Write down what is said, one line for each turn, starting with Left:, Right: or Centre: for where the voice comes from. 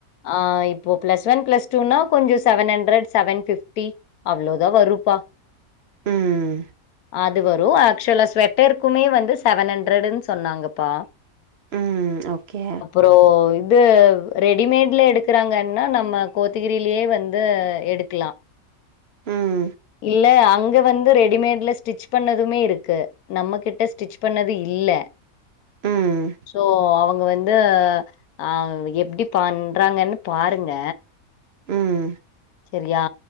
Left: ஆ இப்போ பிளஸ் ஒன் பிளஸ் டூனா கொஞ்ச செவன் ஹண்ட்ரட் செவன் ஃபிப்டி அவ்ளோதா வருப்பா
Right: ம்
Left: அது வரு ஆக்சுவல ஸ்வெட்டருக்குமே வந்து செவன் ஹண்ட்ரடுன்னு சொன்னாங்கப்பா
Right: ம். ஓகே
Left: அப்பரோ இது ரெடிமேட்ல எடுக்கறாங்க அந் என்ன நம்ம கோத்தகிரிலயே வந்து எடுக்கலா
Right: ம்
Left: இல்ல அங்க வந்து ரெடிமேட்ல ஸ்டிச் பண்ணதுமே இருக்கு நம்ம கிட்ட ஸ்டிச் பண்ணது இல்லே
Right: ம்.
Left: சோ அவங்க வந்து வந்து ஆ எப்புடி பண்றாங்கன்னு பாருங்க
Right: ம்.
Left: செரியா